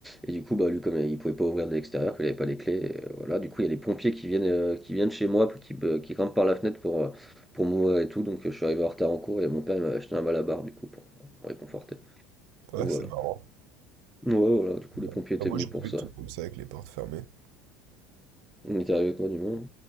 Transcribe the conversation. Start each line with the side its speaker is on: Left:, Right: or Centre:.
Centre: Et du coup, bah, lui, comme il pouvait pas ouvrir de l'extérieur, qu'il avait pas les clés, et, euh, voilà. Du coup, il y a les pompiers qui viennent, euh, qui viennent chez moi, qui, euh, qui grimpent par la fenêtre pour, euh, pour m'ouvrir et tout. Donc, euh, je suis arrivé en retard en cours et mon père il m'a acheté un malabar, du coup, pour me réconforter.
Right: Ouais,
Centre: Donc, voilà.
Right: c'est marrant.
Centre: Ouais, voilà. Du coup, les
Right: Voilà.
Centre: pompiers étaient
Right: Ah, moi,
Centre: venus
Right: j'ai pas
Centre: pour
Right: eu
Centre: ça.
Right: de trucs comme ça avec les portes fermées.
Centre: On est arrivé quoi, du moins?